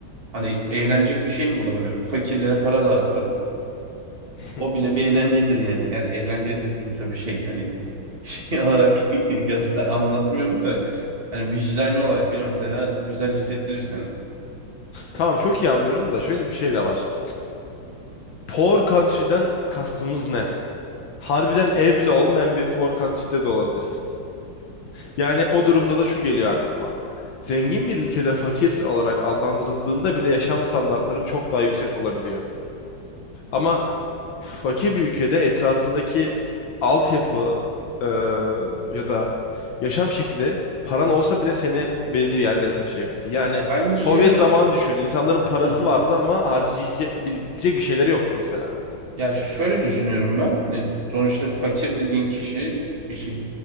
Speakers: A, on the right (about 30°); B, on the left (about 70°).
A: Hani eğlenecek bir şey mi bulamıyorum? Fakirlere para dağıtırım.
B: <laughs>
A: O bile bir eğlencedir yani. Yani eğlence dediğim tabii şey hani şey <laughs> olarak yasta- anlatmıyorum da hani vicdani olarak bile mesela güzel hissettirir seni.
B: Tamam çok iyi anlıyorum da şöyle bir şey de var. Poor country'den kastımız ne? Harbiden ev bile olmayan bir poor country'de de olabilirsin. Yani o durumda da şu geliyor aklıma. Zengin bir ülkede fakir olarak adlandırıldığında bile yaşam standartların çok daha yüksek olabiliyor. Ama fakir bir ülkede etrafındaki altyapı e, ya da yaşam şekli paran olsa bile seni belirli yerlere taşıyabilir. Yani
A: Ya bence
B: Sovyet zamanı düşün. İnsanların parası
A: Hı hı.
B: vardı ama harcayabilecek bir şeyleri yoktu mesela.
A: ya şöyle düşünüyorum ben. Hani sonuçta fakir dediğin kişi işte